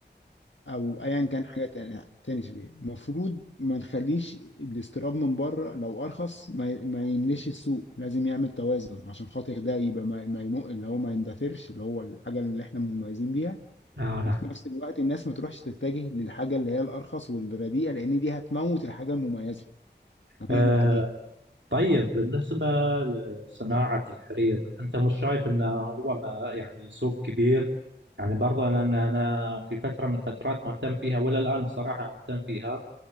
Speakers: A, on the left; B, on the right.
A: او ايا كان حاجه تاني تاني شبيه المفروض ما نخليش الاستيراد من بره لو ارخص ما, ي- ما يملاش السوق لازم يعمل توازن عشان خاطر ده يبقى ما, ما يمو اللي هو ما يندثرش اللي هو الحاجه اللي احنا مميزين بيها
B: آه،
A: وفي نفس الوقت الناس ما تروحش تتجه للحاجه اللي هي الارخص والرديئه لان دي هتموت الحاجه المميزه هتقضي
B: نعم
A: عليها
B: طيب بالنسبة لصناعة الحرير أنت مش شايف أنه هو ما يعني سوق كبير يعني برضه لأن أنا في فترة من الفترات مهتم فيها ولا الآن بصراحة مهتم فيها